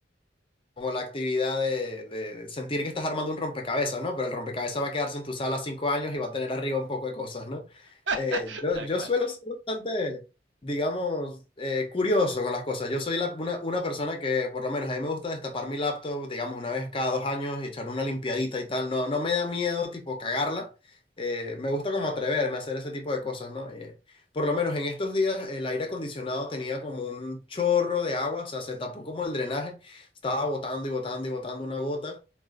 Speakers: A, on the left; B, on the right.
A: como la actividad de, de sentir que estás armando un rompecabezas, ¿no? Pero el rompecabezas va a quedarse en tu sala cinco años y va a tener arriba un poco de cosas, ¿no? Eh,
B: <laughs>
A: yo,
B: tal
A: yo
B: cual.
A: suelo ser bastante, digamos, eh, curioso con las cosas. Yo soy la- una, una persona que, por lo menos, a mí me gusta destapar mi laptop, digamos, una vez cada dos años y echar una limpiadita y tal. No, no me da miedo, tipo, cagarla. Eh, me gusta como atreverme a hacer ese tipo de cosas, ¿no? Eh, por lo menos en estos días el aire acondicionado tenía como un chorro de agua, o sea, se tapó como el drenaje estaba botando y botando y botando una gota.